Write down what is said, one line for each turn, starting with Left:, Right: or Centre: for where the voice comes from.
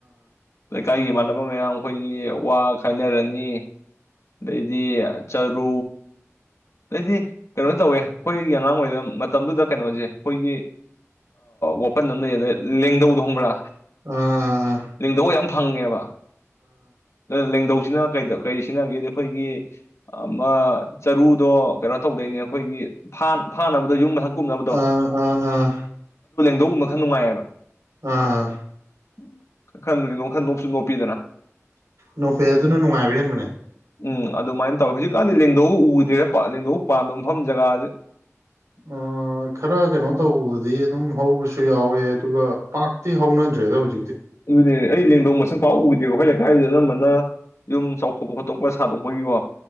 Left: ꯂꯩꯀꯥꯏꯒꯤ ꯏꯃꯥꯟꯅ ꯃꯌꯥꯝ ꯑꯈꯣꯏꯒꯤ ꯋꯥ ꯈꯥꯏꯅꯔꯅꯤ ꯑꯗꯩꯗꯤ ꯆꯔꯨ ꯑꯗꯩꯗꯤ ꯀꯩꯅꯣ ꯇꯧꯋꯦ ꯑꯩꯈꯣꯏꯒꯤ ꯑꯉꯥꯡ ꯑꯣꯏꯔꯤ ꯃꯇꯝꯗꯨꯗ ꯀꯩꯅꯣꯁꯦ ꯑꯈꯣꯏꯒꯤ ꯋꯥꯄꯟ ꯑꯃ ꯂꯩ ꯑꯗꯨꯗ ꯂꯦꯡꯗꯧꯗꯣ ꯈꯪꯕ꯭ꯔꯥ
Right: ꯑꯥ ꯑꯥ
Left: ꯂꯦꯡꯗꯧꯒ ꯌꯥꯝ ꯐꯪꯉꯦꯕ <unintelligible> ꯖꯤꯅ ꯀꯩꯗ ꯀꯩ ꯀꯩꯗ ꯁꯤꯖꯤꯟꯅꯒꯦꯗꯤ ꯑꯩꯈꯣꯏꯒꯤ ꯑꯃ ꯆꯔꯨꯗꯣ ꯀꯩꯅꯣ ꯇꯧꯗꯣꯏꯅꯦ ꯑꯩꯈꯣꯏꯒꯤ ꯐꯥ ꯐꯥꯅꯕꯗꯣ ꯌꯨꯝ ꯃꯊꯛ ꯀꯨꯝꯅꯕꯗꯣ
Right: ꯑꯥ ꯑꯥ ꯑꯥ
Left: ꯗꯨꯒꯨꯝꯕ ꯈꯪ ꯅꯨꯡꯉꯥꯏꯌꯦꯕ
Right: ꯑꯥ
Left: <unintelligible>
Right: ꯅꯣꯄꯦ ꯑꯗꯨꯅ ꯅꯨꯡꯉꯥꯏꯕ ꯍꯦꯟꯕꯅꯦ
Left: ꯎꯝ ꯑꯗꯨꯃꯥꯏꯅ ꯇꯧꯋꯦ ꯍꯧꯖꯤꯛ ꯀꯥꯟꯗꯤ ꯂꯦꯡꯗꯧꯕ ꯎꯗꯦꯔꯦ ꯄ ꯂꯦꯡꯗꯧ ꯄꯥꯟꯕ ꯃꯐꯝ ꯖꯒꯥꯖꯦ
Right: ꯑꯥ ꯈꯔꯥ ꯀꯩꯅꯣ ꯇꯧꯕꯗꯤ ꯑꯗꯨꯝ ꯍꯧꯕꯁꯨ ꯌꯥꯎꯋꯦ ꯑꯗꯨꯒ ꯄꯥꯛꯇꯤ ꯍꯧꯅꯗ꯭ꯔꯦꯗ ꯍꯧꯖꯤꯛꯇꯤ
Left: <unintelligible> ꯄꯥꯛ ꯎꯗꯦꯕ ꯑꯩꯈꯣꯏ ꯂꯩꯀꯥꯏꯖꯦ ꯑꯅꯝꯕꯅ ꯑꯥ ꯌꯨꯝ ꯆꯥꯎꯊꯣꯛꯄ ꯈꯣꯠꯇꯣꯛꯄ ꯁꯥꯗꯣꯛꯄꯒꯤꯀꯣ